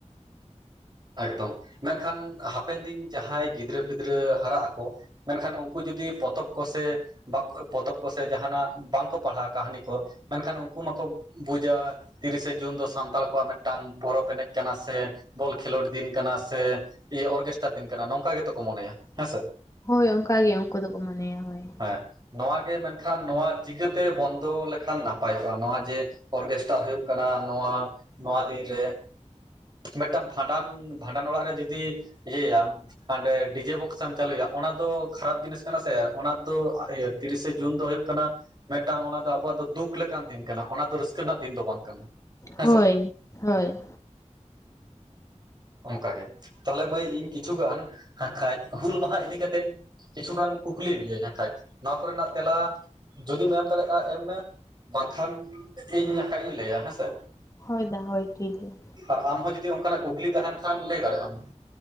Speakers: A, on the right; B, on the left.
A: ᱮᱠᱫᱚᱢ, ᱢᱮᱱᱠᱷᱟᱱ ᱦᱟᱯᱮᱱ ᱫᱤᱱ ᱡᱟᱦᱟᱸᱭ ᱜᱤᱫᱽᱨᱟᱹ-ᱯᱤᱫᱽᱨᱟᱹ ᱦᱟᱨᱟᱜ-ᱟ ᱠᱚ ᱢᱮᱱᱠᱷᱟᱱ ᱩᱱᱠᱩ ᱡᱩᱫᱤ ᱯᱚᱛᱚᱵ ᱠᱚ ᱥᱮ ᱵᱟ ᱯᱚᱛᱚᱵ ᱠᱚ ᱥᱮ ᱡᱟᱸᱦᱟᱱᱟᱜ ᱵᱟᱝᱠᱚ ᱯᱟᱲᱦᱟᱜ-ᱟ ᱠᱟᱹᱦᱱᱤ ᱠᱚ ᱢᱮᱱᱠᱷᱟᱱ ᱩᱱᱠᱩ ᱢᱟᱠᱚ ᱵᱩᱡᱟ᱾ ᱛᱤᱨᱤᱥᱮ ᱡᱩᱱ ᱫᱚ ᱥᱟᱱᱛᱟᱞ ᱠᱚᱣᱟᱜ ᱢᱤᱫᱴᱟᱝ ᱯᱚᱨᱚᱵᱽ ᱮᱱᱮᱡ ᱠᱟᱱᱟ ᱥᱮ ᱵᱚᱞ ᱠᱷᱮᱹᱞ᱾ ᱠᱷᱮᱞᱳᱰ ᱫᱤᱱ ᱠᱟᱱᱟ ᱥᱮ ᱤᱭᱟᱹ ᱚᱨᱜᱮᱥᱴᱟᱨ ᱫᱤᱱ ᱠᱟᱱᱟ ᱱᱚᱝᱠᱟ ᱜᱮᱛᱚ ᱠᱚ ᱢᱚᱱᱮᱭᱟ ᱦᱮᱸ ᱥᱮ᱾
B: ᱦᱳᱭ, ᱚᱝᱠᱟ ᱜᱮ ᱩᱱᱠᱩ ᱫᱚᱠᱚ ᱢᱚᱱᱮᱭᱟ ᱦᱳᱭ᱾
A: ᱦᱮᱸ ᱱᱚᱣᱟ ᱜᱮ ᱢᱮᱱᱠᱷᱟᱱ ᱱᱚᱣᱟ ᱪᱤᱠᱟᱹᱛᱮ ᱵᱚᱱᱫᱚ ᱞᱮᱠᱷᱟᱱ ᱱᱟᱯᱟᱭᱚᱜ-ᱟ? ᱱᱚᱣᱟ ᱡᱮ ᱚᱨᱜᱮᱥᱴᱟᱨ ᱦᱩᱭᱩᱜ ᱠᱟᱱᱟ ᱱᱚᱣᱟ ᱱᱚᱣᱟ ᱫᱤᱱ ᱨᱮ ᱢᱤᱫᱴᱟᱝ ᱵᱷᱟᱸᱰᱟᱱ, ᱵᱷᱟᱸᱰᱟᱱ ᱚᱲᱟᱜ ᱨᱮ ᱡᱩᱫᱤ ᱤᱭᱟᱹᱭᱟᱢ᱾ ᱦᱟᱸᱰᱮ ᱰᱤ ᱡᱮ ᱵᱚᱠᱥ ᱮᱢ ᱪᱟᱹᱞᱩᱭᱟ ᱚᱱᱟ ᱫᱚ ᱠᱷᱟᱨᱟᱯ ᱡᱤᱱᱤᱥ ᱠᱟᱱᱟ ᱥᱮ ᱚᱱᱟ ᱫᱚ ᱤᱭᱟᱹ᱾ ᱛᱤᱨᱤᱥᱮ ᱡᱩᱱ ᱫᱚ ᱦᱩᱭᱩᱜ ᱠᱟᱱᱟ᱾ ᱢᱤᱫᱴᱟᱝ ᱚᱱᱟ ᱫᱚ ᱟᱵᱚᱣᱟᱜ ᱫᱚ ᱫᱩᱠ ᱞᱮᱠᱟᱱ ᱫᱤᱱ ᱠᱟᱱᱟ, ᱚᱱᱟ ᱫᱚ ᱨᱟᱹᱥᱠᱟᱹ ᱨᱮᱱᱟᱜ ᱫᱤᱱ ᱫᱚ ᱵᱟᱝ ᱠᱟᱱᱟ᱾ ᱦᱮᱸᱥᱮ
B: ᱦᱳᱭ, ᱦᱳᱭ᱾
A: ᱚᱱᱠᱟᱜᱮ ᱛᱟᱦᱞᱮ ᱢᱟᱹᱭ ᱤᱧ ᱠᱤᱪᱷᱩᱩᱜᱟᱱ ᱦᱟᱸᱜ ᱠᱷᱟᱡ ᱦᱩᱞ ᱢᱟᱦᱟ ᱤᱫᱤ ᱠᱟᱛᱮᱫ ᱠᱤᱪᱷᱩᱩᱜᱟᱱ ᱠᱩᱠᱞᱤᱢ ᱞᱟᱹᱭᱟᱧ ᱱᱟ ᱠᱷᱟᱱ ᱱᱚᱣᱟ ᱠᱚᱨᱮᱱᱟᱜ ᱛᱮᱞᱟ ᱡᱩᱫᱤᱢ ᱮᱢ ᱫᱟᱲᱮᱭᱟᱜ-ᱟ ᱮᱢ ᱢᱮ᱾ ᱵᱟᱝᱠᱷᱟᱱ ᱤᱧ ᱱᱟᱠᱷᱟᱡ ᱤᱧ ᱞᱟᱹᱭᱟ ᱦᱮᱸ ᱥᱮ᱾
B: ᱦᱳᱭ ᱫᱟ ᱦᱳᱭ ᱴᱷᱤᱠ ᱜᱮᱭᱟ᱾
A: ᱟᱨ ᱟᱢᱦᱚᱸ ᱡᱩᱫᱤ ᱚᱝᱠᱟᱱᱟᱜ ᱠᱩᱠᱞᱤ ᱛᱟᱸᱦᱮᱱ ᱠᱷᱟᱱ ᱞᱟᱹᱭ ᱫᱟᱲᱮᱭᱟᱜ-ᱟᱢ᱾